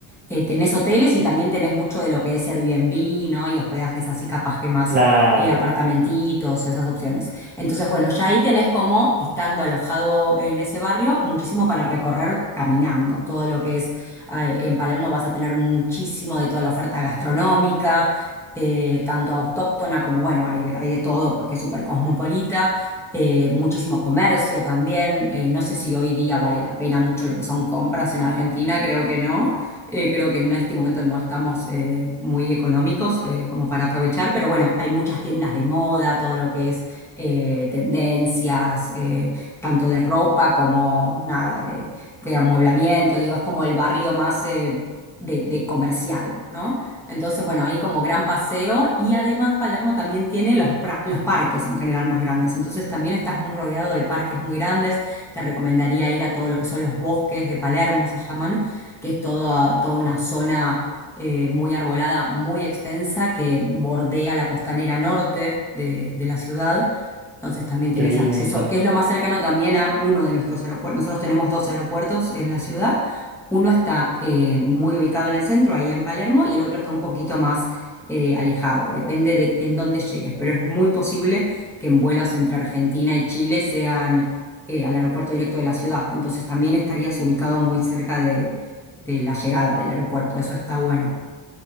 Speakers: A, in the centre; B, on the right (about 20°).
A: eh, tenés hoteles y también tenés mucho de lo que es Airbnb, ¿no? Y hospedajes así capaz que más
B: Claro,
A: eh, apartamentitos, esas opciones. Entonces, bueno, ya ahí tenés como, estando alojado en ese barrio, muchísimo para recorrer caminando. Todo lo que es, eh, en Palermo vas a tener muchísimo de toda la oferta gastronómica. eh, tanto autóctona como, bueno, hay de, hay de todo porque es súper cosmopolita, eh, muchísimo comercio también, eh, no sé si hoy día vale la pena mucho lo que son compras en Argentina, creo que no, eh, creo que en este momento no estamos eh, muy económicos eh, como para aprovechar, pero bueno, hay muchas tiendas de moda, todo lo que es eh, tendencias, eh, tanto de ropa como nada, de, de amueblamiento, digo, es como el barrio más eh, de, de comercial, ¿no? Entonces, bueno, ahí como gran paseo y además Palermo también tiene los, pra- los parques en general más grandes, entonces también estás muy rodeado de parques muy grandes, te recomendaría ir a todo lo que son los bosques de Palermo, se llaman que es toda, toda una zona eh, muy arbolada, muy extensa, que bordea la costanera norte de, de la ciudad. Entonces también tenés
B: qué lindo.
A: acceso, que es lo más cercano también a uno de nuestros aeropuertos. Nosotros tenemos dos aeropuertos en la ciudad. Uno está eh, muy ubicado en el centro, ahí en Palermo, y el otro está un poquito más eh, alejado. Depende de en dónde llegues, pero es muy posible que en vuelos entre Argentina y Chile sean eh, al aeropuerto directo de la ciudad. Entonces también estarías ubicado muy cerca de la llegada del aeropuerto, eso está bueno.